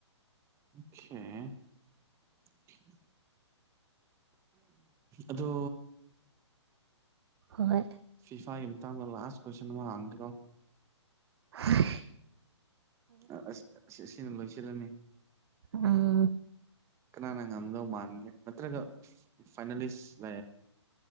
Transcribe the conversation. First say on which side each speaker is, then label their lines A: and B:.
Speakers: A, on the right; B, on the right.
A: ꯑꫭꯈꯦ ꯑꯗꯣ
B: ꯍꯣꯏ
A: ꯐꯤꯐꯥꯒꯤ ꯃꯇꯥꯡꯗ ꯂꯥꯁ ꯀꯣꯏꯁꯟ ꯑꯃ ꯍꯥꯡꯗ꯭ꯔꯣ
B: ꯍ <unintelligible>
A: ꯑ ꯑꯁ ꯁꯤꯅ ꯂꯣꯏꯁꯤꯜꯂꯅꯤ
B: ꯎ <unintelligible>
A: ꯀꯅꯥꯅ ꯉꯝꯗꯧ ꯃꯥꯟꯒꯦ ꯅꯠꯇ꯭ꯔꯒ ꯐꯥꯏꯅꯦꯂꯤꯁ